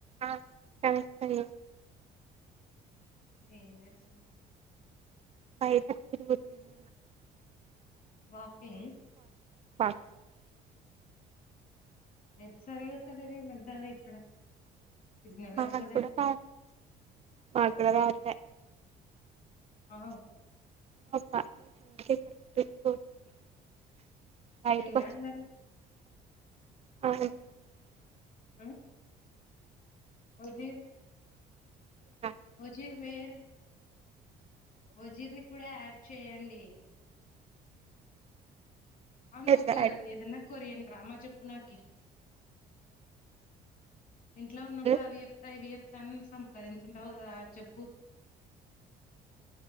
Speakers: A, on the right; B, on the left.
A: ఆ సరే సరే
B: ఏం చేస్తున్నారు
A: బయట తిరుగుతుంది
B: వాకింగ్
A: <inaudible>
B: నెట్ సరిగ్గా వస్తలేదు ఈ మధ్య ఇక్కడ సిగ్నలే
A: మాకూడా
B: వస్తలేదు
A: రా మాకూడ రావట్లే
B: ఆ
A: అబ్బా ఈ టైంకి కరెక్ట్ తీకోతుంది బయటికి
B: తిన్రా అందరు
A: <unintelligible>
B: మ్ ఓ జీ
A: తిన్నాడు
B: ఓజీర్ మెర్ వజీర్ని కూడా యాడ్ చేయండి అవును
A: ఎట్లా
B: ఒక
A: అడిగి
B: ఏదన్నా కొరియన్ డ్రామా చెప్పు నాకి ఇంట్లో
A: ఇప్పుడు
B: ఉన్నప్పుడు అవి చెప్తా ఇవి చెప్ తన్ సంపకదీంటుంటావ్ కదా ఆ చెప్పు